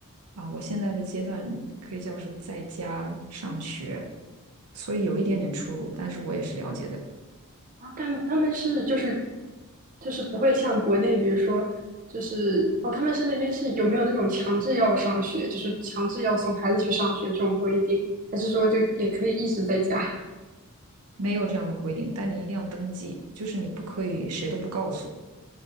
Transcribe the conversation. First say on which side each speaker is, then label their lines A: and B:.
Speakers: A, on the right; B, on the right.
A: 啊、我现在的阶段可以叫是在家上学，所以有一点点出入，但是我也是了解的，
B: 啊，他们他们是就是就是不会像国内，比如说就是哦，他们是那边是有没有那种强制要上学，就是强制要送孩子去上学这种规定，还是说就也可以一直在家？
A: 没有这样的规定，但你一定要登记，就是你不可以谁都不告诉，